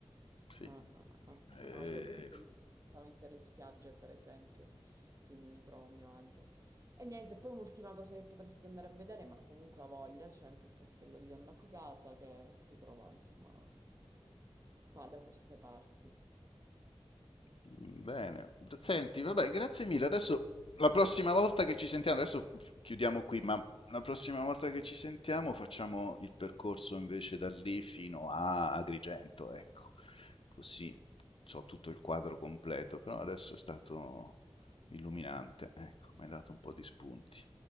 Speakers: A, on the left; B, on the right.
A: sì,
B: Ah, ah, ah, ok.
A: ehm
B: No, io preferisco assolutamente le spiagge, per esempio, quindi mi trovo a mio agio. E niente, poi un'ultima cosa che potresti andare a vedere, ma comunque ha voglia, c'è anche il castello di Donna Fugata che si trova, insomma, qua da queste parti.
A: Bene, senti, vabbè, grazie mille. Adesso la prossima volta che ci sentiamo, adesso f- chiudiamo qui, ma la prossima volta che ci sentiamo facciamo il percorso invece da lì fino a Agrigento, ecco. Così ho tutto il quadro completo, però adesso è stato illuminante, ecco, mi hai dato un po' di spunti.